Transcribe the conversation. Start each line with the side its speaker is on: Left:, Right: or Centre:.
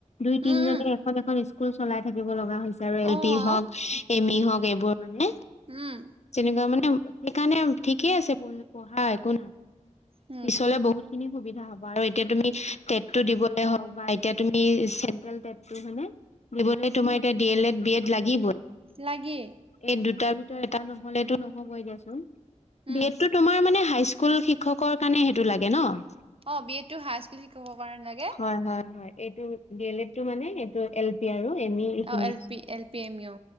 Left: দুই-তিনজনে
Right: উম
Left: এখন এখন স্কুল চলাই থাকিব লগা হৈছে। আৰু এল
Right: উম
Left: পি
Right: অ
Left: হওঁক, এম ই হওঁক এইবোৰ মানে।
Right: উম।
Left: যেনেকুৱা মানে সেইকাৰণে ঠিকে আছে ঢ়া, একো
Right: উম
Left: পিছলে বহু খিনি সুবিধা হ'ব আৰু এতিয়া তুমি টেটটো দিবলে হওঁক বা এতিয়া। চেণ্ট্ৰেল টেটটো হয়নে? দিবলৈ তোমাৰ এতিয়া D L Ed, B Ed লাগিবই।
Right: লাগি।
Left: এই দুটাৰ ভিতৰত এটা নহ'লেতো নহ'ব এ দিয়াচোন।
Right: উম
Left: বি এডটো তোমাৰ মানে হাইস্কুল শিক্ষকৰ কাৰণে সেইটো লাগে ন'?
Right: অ', বি এডটো হাইস্কুল শিক্ষকৰ কাৰণে লাগে।
Left: হয়, হয়, হয়। এইটো ডি এল লেটটো মানে এইটো এল পি আৰু এনেই এইখিনি।
Right: অ L P L P M U